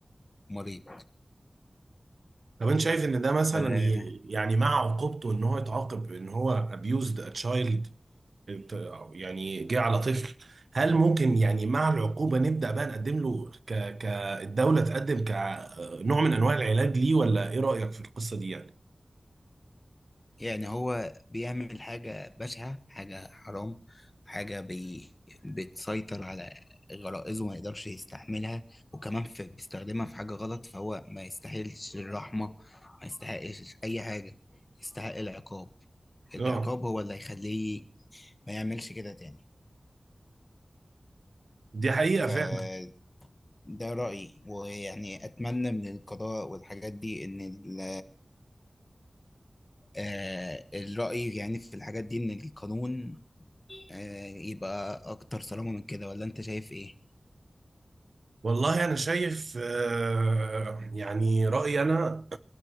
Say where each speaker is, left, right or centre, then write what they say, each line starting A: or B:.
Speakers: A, on the left; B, on the right.
A: مريض
B: طب انت شايف ان ده مثلا
A: فلا
B: ي- يعني مع عقوبته ان هو اتعاقب ان هو abused a child ات- أو يعني جه على طفل هل ممكن يعني مع العقوبة نبدأ بقى نقدم له ك كالدولة تقدم كنوع من انواع العلاج ليه ولا ايه رأيك في القصة دي يعني؟
A: يعني هو بيعمل حاجة بشعة حاجة حرام حاجة بي... بتسيطر على غرائزه ما يقدرش يستحملها وكمان في... بيستخدمها في حاجة غلط فهو ما يستاهلش الرحمة ما يستحقش أي حاجة يستحق العقاب
B: اه
A: العقاب هو اللي هيخليه ما يعملش كده تاني
B: دي حقيقة
A: فده
B: فعلا
A: رأيي ويعني أتمنى من القضاء والحاجات دي إن ال... آه، الرأي يعني في الحاجات دي إن القانون آه، يبقى اكتر صرامة من كده ولا انت شايف ايه
B: والله أنا شايف آه، يعني رأيي أنا